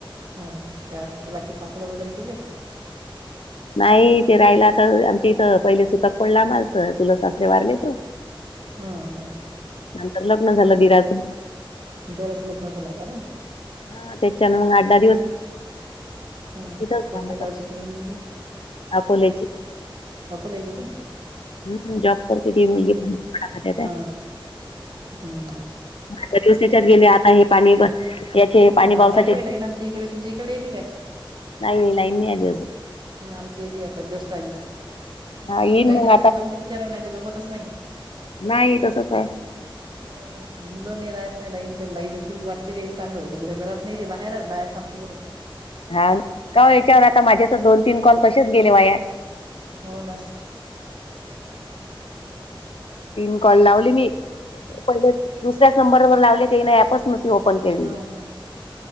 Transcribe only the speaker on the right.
हो, काय म्हणंत? बाकी पापड वगैरे केले.
हा हा
हो
जराच लग्न झालं आता नाही
हम्म्,
कोणत्या
गावची केली मुलगी?
अकोल्याची ती
हा हम्म
हा
आता आली बाई लाईन आमच्या इकडे तुमच्या इकडे येली काय?
हा आमची एली आता जस्ट आली.
ताई
नसली तर गमते, बिचारा नाही तर गमतच नाही.
हम मुलं नाई राहत, नाई लाईनच्या. लाईन असते, वाटते येईल चांगलं. घरात नाही ते बाहेर राहतं. बाहेर थांबतो परत
हो ना
हा हा